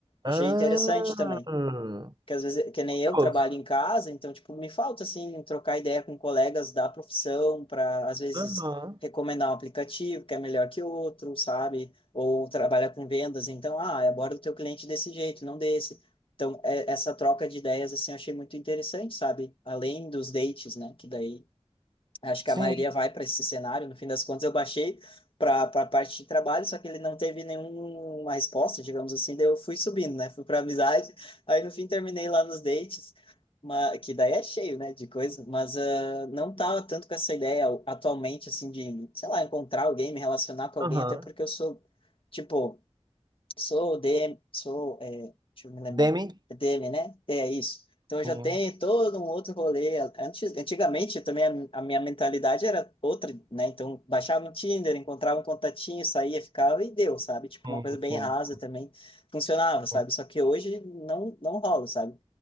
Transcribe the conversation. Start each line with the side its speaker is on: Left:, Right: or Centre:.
Left: Achei
Right: Ah.
Left: interessante também que às vezes, que nem eu
Right: Curioso.
Left: trabalho em casa, então, tipo, me falta, assim, trocar ideia com colegas da profissão para, às vezes,
Right: Aham.
Left: recomendar um aplicativo que é melhor que outro, sabe? Ou trabalha com vendas, então, ah, aborda o teu cliente desse jeito, não desse. Então, é- essa troca de ideias, assim, eu achei muito interessante, sabe? Além dos dates, né? Que daí Acho que
Right: Sim.
Left: a maioria vai para esse cenário. No fim das contas, eu baixei para a parte de trabalho, só que ele não teve nenhuma resposta, digamos assim. Daí eu fui subindo, né? Fui para amizade. Aí no fim terminei lá nos dates, ma- que daí é cheio, né, de coisa. Mas ah, não tava tanto com essa ideia atualmente, assim, de, sei lá, encontrar alguém, me relacionar com alguém,
Right: Aham.
Left: até porque eu sou, tipo Sou DM, sou, é, deixa eu me lembrar,
Right: Demi?
Left: é DM, né? É isso. Então eu
Right: Sim,
Left: já tenho todo um outro rolê. Antes, antigamente também a, a minha mentalidade era outra, né? Então baixava um Tinder, encontrava um contatinho, saía, ficava e deu, sabe? Tipo
Right: sim,
Left: uma coisa bem
Right: sim,
Left: rasa também funcionava, sabe?
Right: sim.
Left: Só que hoje não não rola, sabe?